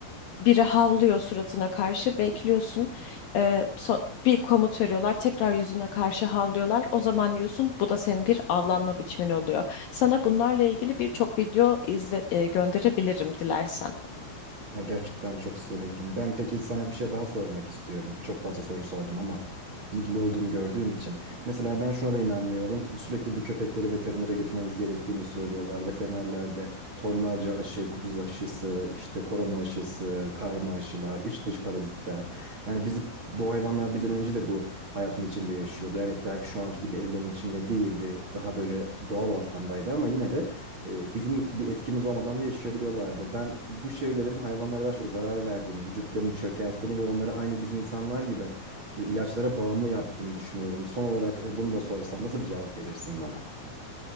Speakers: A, on the left; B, on the right.
A: Biri havlıyor suratına karşı, bekliyorsun. E, so- bir komut veriyorlar, tekrar yüzüne karşı havlıyorlar. O zaman diyorsun bu da senin bir avlanma biçimin oluyor. Sana bunlarla ilgili birçok video izle, e, gönderebilirim dilersen.
B: Ya gerçekten çok sevinirim. Ben peki sana bir şey daha sormak istiyorum. Çok fazla soru sordum ama bilgili olduğunu gördüğüm için. Mesela ben şuna da inanmıyorum. Sürekli bu köpekleri veterinere götürmemiz gerektiğini söylüyorlar. Veterinerler de tonlarca aşı, kuduz aşısı, işte korona aşısı, karma aşılar, iç dış parazitler. Yani biz bu hayvanlar bizden önce de bu hayatın içinde yaşıyordu. Evet belki şu anki gibi evlerin içinde değildi. Daha böyle doğal ortamdaydı ama yine de e, bizim bir etkimiz olmadan da yaşayabiliyorlardı. Ben bu şeylerin hayvanlara daha çok zarar verdiğini, vücutlarını çökerttiğini ve onları aynı biz insanlar gibi e, ilaçlara bağımlı yaptığını düşünüyorum. Son olarak e, bunu da sorsam nasıl bir cevap verirsin bana?